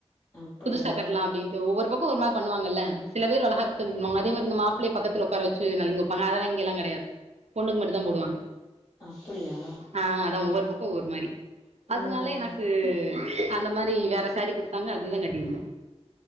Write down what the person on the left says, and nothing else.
அப்படியா
அப்படியா
ம்